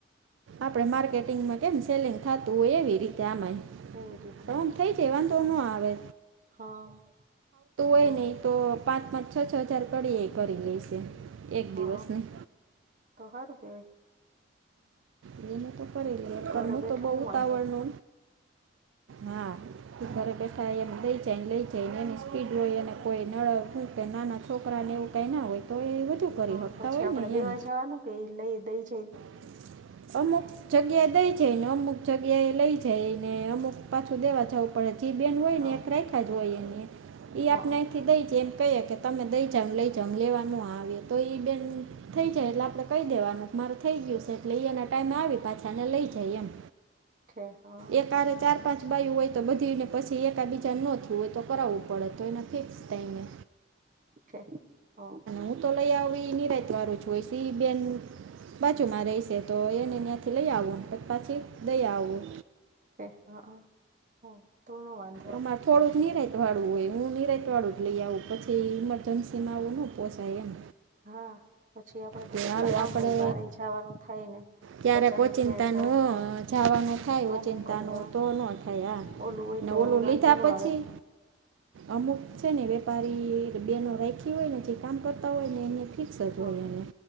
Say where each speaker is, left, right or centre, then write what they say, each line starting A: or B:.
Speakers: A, on the right (about 80°); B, on the right (about 40°).
A: આપડે માર્કેટિંગમાં કેમ સેલિંગ થતું હોય એવી રીતે આમાંય.
B: હમ્મ એ જ
A: હમ્મ થઈ જાય વાંધો નો આવે.
B: હા. હા
A: કઈ નહી
B: હા
A: તો પાંચ પાંચ છ છ હજાર કરીએ કરી લેશે. એક
B: હ
A: દિવસની
B: અ તો હારું કેવાય.
A: હ એને તો કરી લે
B: ઘરે
A: પણ હું
B: બેઠા
A: તો બહુ ઉતાવળ
B: વાંધો
A: નો હા. ઘરે બેઠા એમ દઈ જાય ને લઈ જાય એની સ્પીડ હોયને કોઈ નડ કે નાના છોકરાને એવું કંઈ ના હોય તો એ વધુ કરી
B: હા
A: શકતા
B: પછી
A: હોય
B: આપડે
A: ને
B: દેવા
A: એમ
B: જવાનું કે લઈ દઈ જાય.
A: <unintelligible> અમુક જગ્યા દઈ જાયને અમુક જગ્યા એ લઈ જાયને અમુક પાછું દેવા જાવું પણ જી બહેન હોય
B: હા
A: ને એક રાખા જ હોય એને એ
B: હા
A: આપણે અહીંથી દઈ જાય કહી કે તમે દઈ જાવ લઈ જાવ લેવાનું આવે તો એઈ બેન થઈ જાય એટલે આપડે કઈ દેવાનું મારો થઈ ગયું છે એટલે એના ટાઈમે આવી પાછાને લઈ જાય એમ
B: ઠે હા
A: એક હારે ચાર પાંચ બાાયું હોય તો બધીને પછી એકાબીજા નો ધુવે તો કરાવું. પડે તો એ નથી ટાઈમે
B: ઠે હ
A: હું તો લઈ આવ એ નિરાત વાળુ જ હોય છે ઈ બેન બાજુમાં રહીશે તો એને ત્યાંથી લઈ આવુંને પાછી દઈ આવું.
B: હા હા તોનું વાંધ
A: અમાર થોડુંક નિરાત વાળું હોય હું નિરાત વાળું જ લઈ આવું પછી ઇમરજન્સીમાં આવું ના પોછાય એમ.
B: હા. પછી આપડે
A: કે
B: તો કેટલા
A: હાલો
B: કામ
A: આપણે
B: હોય બારે જવાનું થાય ને
A: ક્યારેક
B: અચાનક
A: ઓચિંતાનું
B: ક્યાં જવાનું
A: અ,
B: થાય
A: જવાનું ખાય
B: તો
A: ચિંતા
B: હું કરવું
A: ન
B: આ
A: તો ન ખાય
B: ઓલું હોય
A: આ
B: તો
A: ઓલું
B: વાંધો
A: લીધા
B: ન
A: પછી
B: આવે
A: અમુક છે ને વેપારી બેનો રાખી હોય જે કામ કરતા હોય ને એ ઠીક તો ભૈયા
B: હા
A: ને